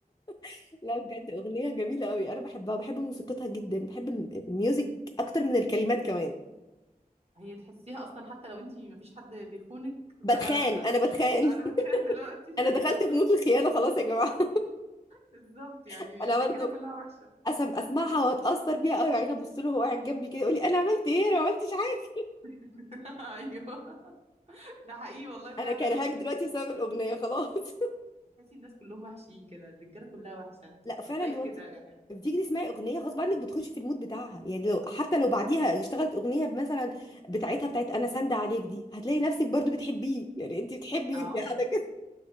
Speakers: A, on the left; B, on the right.
A: <laughs> لا بجد أغنية جميلة قوي أنا بحبها بحب موسيقتها جدا بحب الميوزك أكتر من الكلمات كمان
B: هي تحسيها اصلا حتى لو انتي مفيش حد بيخونك
A: بتخان
B: فانا لا
A: انا بتخان
B: انا
A: <laughs>
B: بتخان دلوقتي
A: انا
B: <laughs>
A: دخلت
B: ايوه
A: في مود الخيانه خلاص يا جماعه
B: بالظبط
A: <laughs>
B: يعني
A: انا
B: الرجاله
A: برضو
B: كلها وحشه
A: أسم اسمعها واتاثر بيها قوي وبعدين ابص له وهو قاعد جنبي كده يقول لي انا عملت ايه انا ما عملتش حاجه
B: <laughs> ايوه ده حقيقي والله
A: انا
B: فعلا
A: كرهاك
B: يعني
A: دلوقتي بسبب الاغنيه خلاص
B: بتحسي الناس كلهم وحشين كده الرجاله كلها وحشه
A: <laughs>
B: انتوا
A: لا فعلا
B: ازاي كده
A: هو انت
B: يعني
A: بتيجي تسمعي اغنيه غصب عنك بتخشي في المود بتاعها يعني لو حتى لو بعديها اشتغلت اغنيه مثلا بتاعتها بتاعت انا ساندة عليك دي هتلاقي نفسك برضو بتحبيه يعني انت بتحبي
B: اه
A: وانت قاعده كده